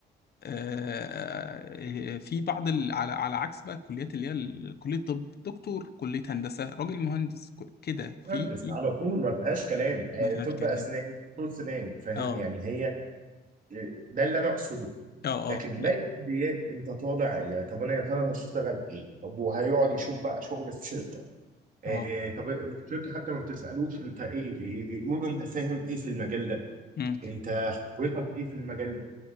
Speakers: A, on the left; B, on the right.
A: آه، آه، في بعض ال... على على عكس بقى الكليات اللي هي ال- كلية طب دكتور كلية هندسة راجل مهندس ك- كده في
B: مهندس
A: في-
B: على طول ما فيهاش كلام آه،
A: ما فيهاش
B: طب
A: كلام
B: اسنان دكتور سنان فاهم
A: اه
B: يعني هي آه، ده اللي انا اقصده
A: اه
B: لكن
A: اه لا
B: باقي الكليات انت طالع يا طب انا يا ترى هشتغل ايه طب وهيقعد يشوف بقى شغل في شركه آه
A: اه
B: طب الشركه حتى ما بتسالوش انت ايه بي- بيقولوا له انت فاهم ايه في المجال ده
A: امم
B: انت خبرتك ايه في المجال ده